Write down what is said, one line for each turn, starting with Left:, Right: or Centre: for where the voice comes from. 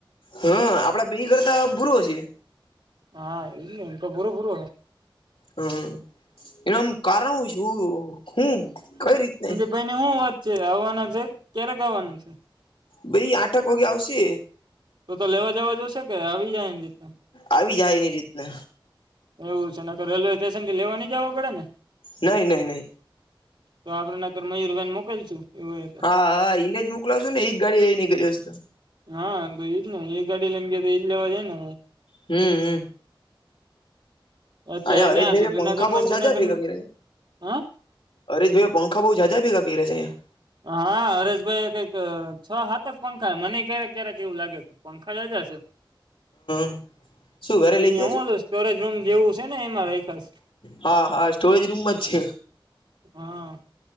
Left: હા આપડા બે કરતા બુરો છે
Right: હા એ તો બુરો બરો હે
Left: હમ્મ એનામ કારણો છું હું કઈ રીતને
Right: ભાઈ ની શું વાત છે આવવાના છે ક્યારેક આવવાના છે
Left: ભાઈ આઠક વાગે આવશે
Right: તો તો લેવા જવા જોશે કે આવી જાય એમ રી
Left: આવી જાય એની રીતને
Right: એવું છે ને રેલવે સ્ટેશન થી લેવા ની જવા પડે ને
Left: નહી નહી નહી
Right: તો આપડે નગર મયુરભેન મોકલશું એવું હોય તો
Left: હા હા ઈને જ મોકલાશો ને એ જ ગાડી લઈ ને ગયોશે
Right: હા તો એજ ને એ ગાડી લેમ ગયો તો એજ લેવા જાય ને
Left: હમ હમ
Right: અત્યારે
Left: અ હરે
Right: ક્યાં
Left: ભાઈ
Right: તો જુનાગઢ
Left: પંખા
Right: માં
Left: બહુ
Right: જુનાગઢ
Left: સાજા ભેગા
Right: હા
Left: અરેશ ભાઈ પંખા બોવ જાજા ભેગા કર્યા છે અહીંયા
Right: હા હરેશભાઈ કઈક છ હાતેક પંખા મને ક્યારેક ક્યારેક એવું લાગે પંખા જા જા છે.
Left: હ શું ઘરે
Right: અંયા
Left: લઈ જશે
Right: હુંલું સ્ટોરેજ રૂમ જેવું છે, ને એમાં રાયખાસ
Left: હા હા સ્ટોરેજ રૂમમાં જ છે.
Right: હા